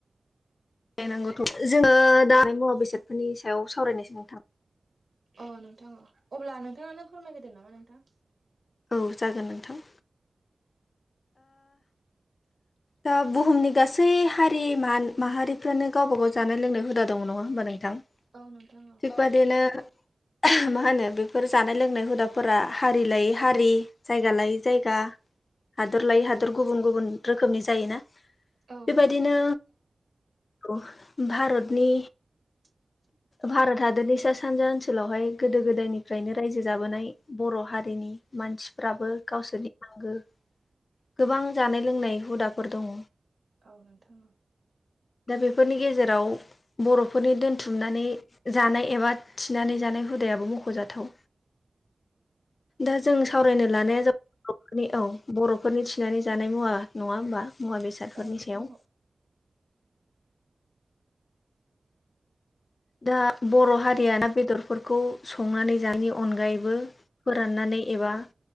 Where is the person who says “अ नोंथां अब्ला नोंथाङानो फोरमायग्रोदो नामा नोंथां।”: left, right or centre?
Right